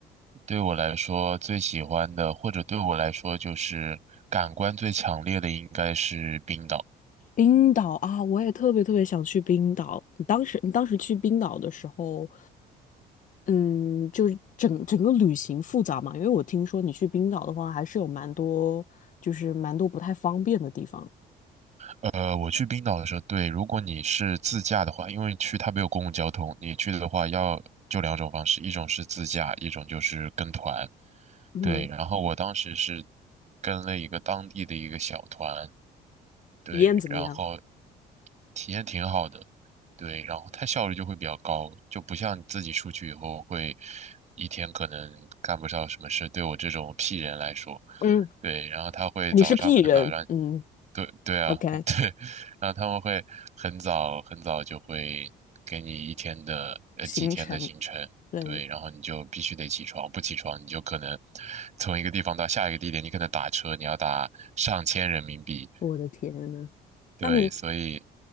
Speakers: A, on the right; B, on the left.
A: 对我来说最喜欢的，或者对我来说就是感官最强烈的，应该是冰岛。
B: 冰岛啊，我也特别特别想去冰岛。你当时你当时去冰岛的时候，嗯，就是整整个旅行复杂嘛？因为我听说你去冰岛的话，还是有蛮多就是蛮多不太方便的地方。
A: 呃，我去冰岛的时候，对，如果你是自驾的话，因为去它没有公共交通，你去的话要就两种方式，一种是自驾，一种就是跟团。
B: 嗯，
A: 对，然后我当时是跟了一个当地的一个小团，对，
B: 体验怎么样？
A: 然后体验挺好的，对，然后它效率就会比较高，就不像你自己出去以后会一天可能干不上什么事，对我这种 P 人来说，
B: 嗯，
A: 对，然后他会早上很早让，
B: 你是 P 人，嗯
A: 对对啊，
B: ，OK。
A: <laughs> 对，然后他们会很早很早就会给你一天的呃几天的行程。
B: 行程。对，
A: 对，然后你就必须得起床，不起床你就可能从一个地方到下一个地点，你可能打车你要打上千人民币，
B: 我的天呐，
A: 对，
B: 那你，
A: 所以